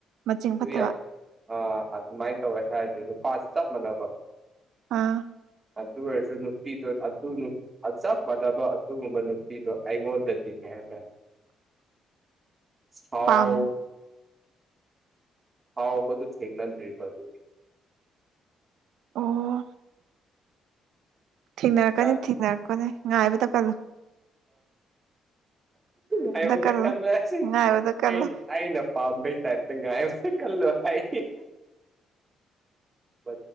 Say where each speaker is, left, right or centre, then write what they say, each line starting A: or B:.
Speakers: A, on the right (about 80°); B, on the right (about 25°).
A: ꯃꯆꯤꯟ ꯐꯠꯇꯕ
B: ꯌꯥꯝ ꯑꯥ ꯑꯗꯨꯃꯥꯏꯅ ꯇꯧꯋꯦ ꯍꯥꯏꯗꯗ ꯄ ꯆꯞ ꯃꯥꯟꯅꯀꯣ
A: ꯑꯥ
B: ꯑ ꯑꯗꯨꯕꯁ ꯑꯗꯨ ꯅꯨꯄꯤꯗꯣ ꯑꯗꯨ ꯆꯞ ꯃꯥꯟꯅꯕ ꯑꯗꯨꯒꯨꯝꯕ ꯅꯨꯄꯤꯗꯣ ꯑꯩꯉꯣꯟꯗꯗꯤ ꯀꯩ ꯍꯥꯏꯇꯥꯦ
A: <unintelligible>
B: ꯍꯥꯎ
A: ꯄꯥꯝ
B: ꯍꯥꯎ ꯋꯥꯕꯗꯨ ꯍꯦꯒ꯭ꯂꯟ ꯇꯔꯤ ꯄꯒꯒꯤ
A: ꯑꯣ ꯊꯅꯔꯛꯀꯅꯤ
B: ꯒ꯭ꯌꯥꯟ
A: ꯊꯅꯔꯛꯀ ꯅꯅꯤ ꯉ ꯍꯥꯏꯕꯗ ꯄꯂꯣ
B: ꯉꯌꯦꯃꯗ
A: ꯀꯜꯂꯨ
B: ꯀꯜꯂ
A: ꯉꯥꯏꯕꯗ ꯀꯜꯂꯨ
B: ꯑ ꯑꯩꯅ ꯄꯝꯕꯩ ꯇꯔꯠꯇ ꯉꯥꯏꯃ ꯀꯜꯂꯣ ꯍꯥꯏ ꯄ